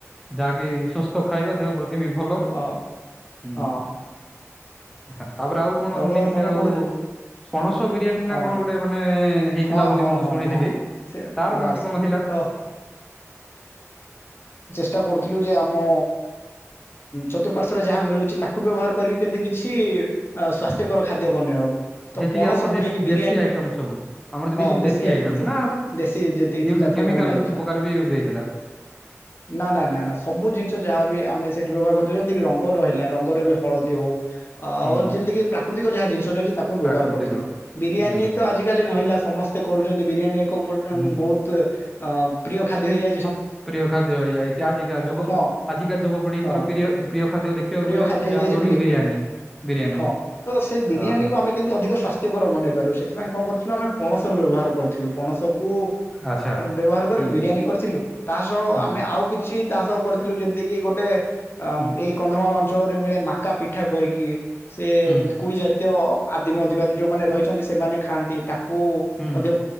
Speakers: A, in the centre; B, on the left.
A: ଯାହାକି ସୁସ୍ଥ ଖାଇବା ଦେହ ପ୍ରତିମ ଭଲ ହୁଁ।
B: ହଁ ହଁ
A: ହଁ। ତାପରେ ଆଉ କଣ
B: ଏବେ
A: ବନେଇଥିଲେ
B: ମନେ
A: ଆଉ
B: ପଡୁଛି
A: ପଣସ ବିରିୟାନୀ ନା
B: ହଁ
A: କଣ ଗୋଟେ ମାନେ ହେଇଥିଲା
B: ହଁ
A: ବୋଲି
B: ହଁ
A: ମୁଁ
B: ହଁ
A: ଶୁଣିଥିଲି
B: ହଁ। ସେ
A: ତାର
B: ବାସ୍
A: କେମିତି କଣ ଥିଲା।
B: ତ ଚ କରୁଥିଲୁ ଯେ ଆମ ଚତୁଃପାର୍ଶ୍ଵରେ ଯାହା ମିଳୁଛି ତାକୁ ବ୍ୟବହାର କରିକି କେମିତି କିଛି ଅ ସ୍ଵାସ୍ଥ୍ୟକର ଖାଦ୍ୟ ବନେଇ ହବ। ତ
A: ଯେତିକି
B: ପଣସକୁୁ
A: ଆମର ଦେଶୀ
B: ନେଇକି ବିରିୟାନୀ
A: ଦେଶୀ ଆଇଟମ ସବୁ ଆମର ଯେତିକି
B: ହଁ
A: ସବୁ
B: ଦେଶୀ ଆଇଟମ ସବୁ
A: ନା
B: ଦେଶୀ ଯେତିକି
A: ୟୁଜ
B: ଥିଲା ସବୁ
A: କେମିକାଲ
B: ବଣା ହେଇଥିଲା
A: ପ୍ରକାର ବି ୟୁଜ ହେଇଥିଲା
B: ନା ନା ସବୁ ଜିନିଷ ଯାହାବ ଆମେ ସେଠି ପ୍ରଭ ଯେମିତି ରଙ୍ଗ ରହିଲା। ରଙ୍ଗରେ ବି ହଳଦୀ ହଉ ଆଉ
A: ହୁଁ
B: ଯେମିତିିକି ପ୍ରାୃତିକ ଯାହା ଜିନିଶ ରହିଛି। ତାକୁ
A: ପ୍ରାକୃତିକ
B: ବ୍ୟବହାର କରିୁଥିଲୁ। ବିରିୟାନୀ
A: ହୁଁ
B: ତ ଆଜିିକାଲି ରହିଲା ସମସ୍ତେ କରୁ ହ ବ ବିରିୟାନ ଏକ କଉପଟନ୍
A: ହୁଁ
B: ବହୁତ। ଅ ପ୍ରିୟ ଖାଦ୍ୟ ହେଇଯାଇଏ
A: ପ୍ରିୟ ଖାଦ୍ୟ ହେଇଯାଇଛି ଆଜିକା ଯୁ
B: ହଁ
A: ଆଜିକା ଯୁବପିଢିଙ୍କର
B: ହଁ
A: ପ୍ରିୟ ପ୍ରିୟ ଖାଦ୍ୟ ଦେଖିବାକୁ
B: ପ୍ରିୟ
A: ଗଲେ
B: ଖାଦ୍ୟ
A: ହଉଛି
B: ହେଇଯାଇଛି
A: ଯାହାଫଳରେ କି ବିରିୟାନୀ। ବିରିୟାନୀ
B: ହଁ ତ ସେ ବିରିୟାନୀକୁ
A: ଅ
B: ଆମେ କେମତି ଅଧିକ ସ୍ଵାସ୍ଥ୍ୟକର ବନେଇ ପାରିବ ସେଥିପାଇଁ କଣ କରୁଥିଲୁ ଆମେ ପଣସର ବ୍ୟବହାର କରିଥିଲୁ ପଣସ କୁ
A: ଆଚ୍ଛା
B: ବ୍ୟବହାର କରିକି
A: ହୁଁ
B: ବିରିୟାନୀ କରିଥିଲୁ ତା ସହ
A: ହୁଁ।
B: ଆମେ ଆଉ କିଛି ଚାଷ କରିଥିଲୁ ଯେମିତି କିି ଗୋଟେ ଆ
A: ହୁଁ
B: ଏଇ କନ୍ଧମାଳ ଅ ଅଞ୍ଚଳରେ ମିଳେ ମାକା ପିଠା କହିକି। ସେ
A: ହୁଁ
B: କୁଇ ଜାତୀୟ ଆଦିମ ଅଧିବାୀ ଯୋଉମାନେ ରହିଛନ୍ତି ସେମାନେ ଖାଆନ୍ତି ତାକୁ କୁ
A: ହୁଁ
B: ମଧ୍ୟ